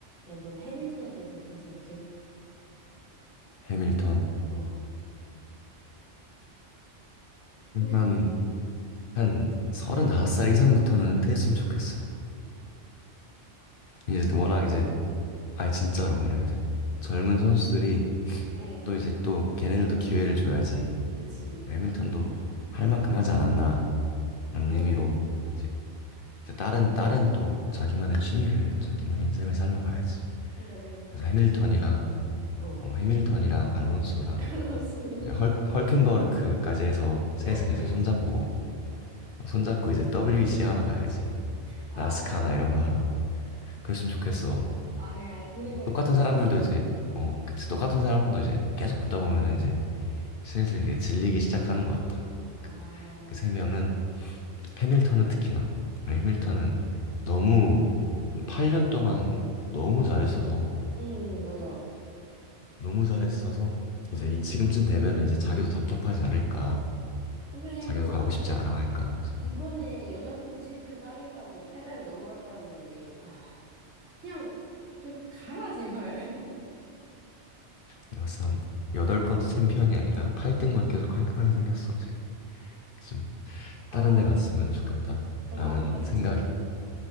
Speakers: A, on the right; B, on the left.
A: 야, 너 해밀턴에 대해서 어떻게 생각해?
B: 해밀턴.
A: 어. <laughs>
B: 난 한 35살 이상부터는 은퇴했으면 좋겠어. 이제 워낙 이제, 아니 진짜로, 왜냐면 이제 젊은 선수들이
A: 응.
B: 또 이제 또 걔네들도 기회를 줘야지.
A: 그치.
B: 해밀턴도 할 만큼 하지 않았나.
A: 아,
B: 라는
A: 해밀턴.
B: 의미로 이제, 이제 다른, 다른 또 자기만의 취미를, 자기만의 인생을 살러 가야지.
A: 그러니까 좀
B: 그래서
A: 그랬으면
B: 해밀턴이랑,
A: 좋겠는데. 어.
B: 어, 해밀턴이랑 알론소랑
A: <laughs> 알론소도
B: 헐, 헐켄버크까지 해서 셋은
A: <laughs> 하이킹을.
B: 이제 손잡고, 손잡고 이제 WEC 하러 가야지.
A: 아,
B: 나스카나 이런 거 하러. 그랬으면 좋겠어.
A: 아, 그냥 아예 보내버리는
B: 똑같은
A: 거야,
B: 사람들도
A: 셋을?
B: 이제, 어, 그치. 똑같은 사람도 이제 계속 보다 보면은 이제 슬슬 이제 질리기 시작하는 것 같아.
A: 아,
B: 그 그 세 명은, 해밀턴은 특히나. 네, 해밀턴은 너무, 8년 동안 너무 잘했어서,
A: 음, 맞아.
B: 너무 잘했어서, 이제 이 지금쯤 되면은 이제 자기도 답답하지 않을까.
A: 그래,
B: 자기도
A: 뭐,
B: 가고 싶지 않아 할까. 그래서
A: 이번에 여덟 번째 챔피언 따겠다고 페라를 넘어갔다는데, 아, 그냥 좀 가라, 제발. <laughs>
B: 내가 봤을 때한 여덟 번째 챔피언이 아니라 8등만 계속 깔끔하게 생겼어, 지금. 좀
A: 아,
B: 다른 데 갔으면 좋겠다.
A: 그럼
B: 라는
A: 아름답지.
B: 생각이야.